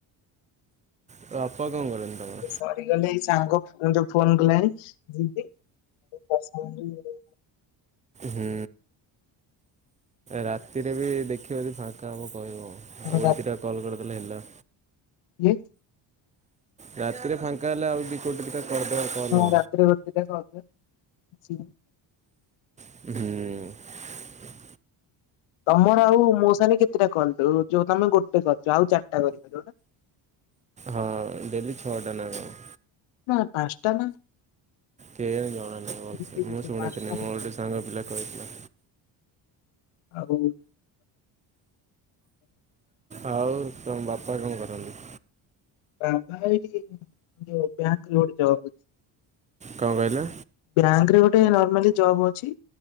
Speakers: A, on the right; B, on the left.
A: ତୋ ବାପା କଣ କରନ୍ତି। ତମର?
B: ସରିଗଲେ ଏଇ ସାଙ୍ଗ ଯ ଯୋଉ ଫୋନ କଲା ହେରି ଯେମିତି <unintelligible>
A: ହୁଁ ରାତିରେ ବି ଦେଖିବ ଯଦି ଫାଙ୍କା ହେବ କହିବ ଆଉ
B: ହଁ
A: ଗୋଟେ ଦି ଟା କଲ କରିଦେଲେ ହେଲା
B: କିଏ
A: ରାତିରେ ଫାଙ୍କା ଏଲେ ଆଉ ଦି କୋଟେ ଦିଟା କରିଦେବ କଲ।
B: ହଁ ରାତିରେ ଗୋଟେ ଦି ଟା କରିଦେବେ <unintelligible>
A: ହୁଁ
B: ତମର ଆଉ ମୋ ସାଙ୍ଗେରେ କେତେଟା କଲ୍ ଓ ଯୋଉ ତମେ ଗୋଟେ କରୀଚ ଆଉ ଚାରଟା କରିପାରିବ।
A: ହାଁ ଡେଲି ଛଟା ନାଁ କଣ।
B: ନା ପାଁଷ୍ଟା ନା।
A: କେଜାଣି ଜଣା ନାଇ ଭଲସେ
B: ଦିଦି କହୁଥିଲେ
A: ମୁ ଶୁଣି
B: ପାଞ୍ଚଟା
A: ଥିଲି ମୋର ଗୋଟେ ସାଙ୍ଗ ପିଲା କହିଥିଲା
B: ଆଗକୁ
A: ଆଉ ତମ ବାପା କଣ କରନ୍ତି।
B: ବାବା ଏଇଠି ଯ ବ୍ୟାଙ୍କ୍ ଲୋଡ଼ ଜବ୍।
A: କଣ କଇଲ?
B: ବ୍ୟାଙ୍କ ରେ ଗୋଟେ ନର୍ମାଲି ଜବ୍ ଅଚି